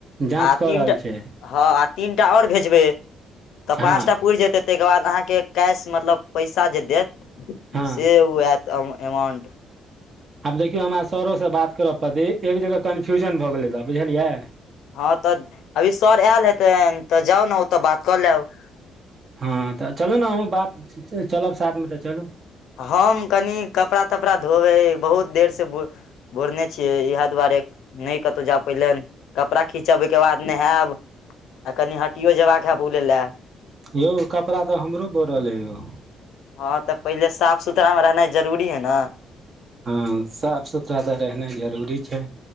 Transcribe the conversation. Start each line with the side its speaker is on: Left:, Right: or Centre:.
Right: जाँच
Left: आ तीनटा,
Right: कऽ रहल छै
Left: हाँ आ तीनटा आओर भेजबै तऽ
Right: हँ
Left: पाँच टा पुर जेतै ताहिके बाद अहाँके कैश मतलब पैसा जे देत
Right: हँ
Left: से ओ आयत आ अमाउंट
Right: आब देखियौ हमरा सरोसँ बात करब प एक जगह कन्फ्यूजन भऽ गेलै रहऽ बुझलियै?
Left: हँ, तऽ अभी सर आयल हेतै, तऽ जाउ ने ओ तऽ बात कऽ लेब
Right: हाँ, तऽ चलू ने अहूँ बात चलब साथमे तऽ चलू
Left: हम कनि कपड़ा तपड़ा धोबै बहुत देर से ब बोरने छियै इएह दुआरे नहि कतहु जा पाइलन। कपड़ा खीचबै के बाद नहायब, आ कनि हटियो जयबाक हैब बुलै लए
Right: यौ कपड़ा तऽ हमरो बोरल अइ यौ
Left: हँ, तऽ पहिले साफ सुथरा मे रहनाइ जरूरी है ने।
Right: हाँ, साफ सुथरा तऽ रहनाइ जरूरी छै।